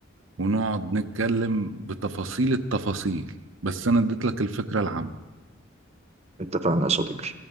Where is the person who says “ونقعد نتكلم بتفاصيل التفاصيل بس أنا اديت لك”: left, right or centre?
Right